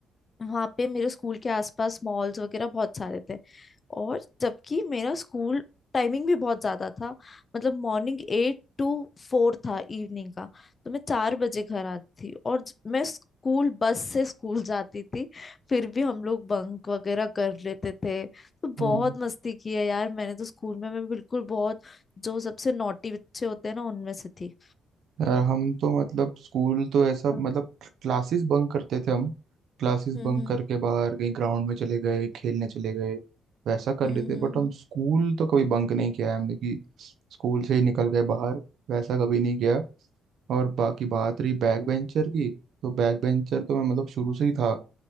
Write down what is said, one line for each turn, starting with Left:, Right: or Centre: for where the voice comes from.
Left: वहां पे मेरे स्कूल के आसपास मॉल्स वगैरह बहुत सारे थे और जबकि मेरा स्कूल टाइमिंग भी बहुत ज्यादा था मतलब मॉर्निंग एट टू फोर था इवनिंग का तो मैं चार बजे घर आती थी और ज- मैं स्कूल बस से स्कूल जाती थी फिर भी हम लोग बंक वगैरह कर लेते थे तो
Right: हम्म।
Left: बहुत मस्ती की है यार मैंने तो स्कूल में मैं बिल्कुल बहुत जो सबसे नॉटी बच्चे होते हैं ना उनमें से थी
Right: यार हम तो मतलब स्कूल तो ऐसा
Left: हाँ।
Right: मतलब क्लासेस बंक करते थे हम क्लासेस
Left: हम्म
Right: बंक
Left: हम्म
Right: करके बाहर कहीं ग्राउंड में चले गए खेलने चले गए वैसा कर
Left: हम्म
Right: लेते
Left: हम्म
Right: बट हम स्कूल तो कभी बंक नहीं किया है हमने कि स्कूल से ही निकल गए बाहर वैसा कभी नहीं किया और बाकी बात रही बैक बेंचर की तो बैक बेंचर तो मैं मतलब शुरू से ही था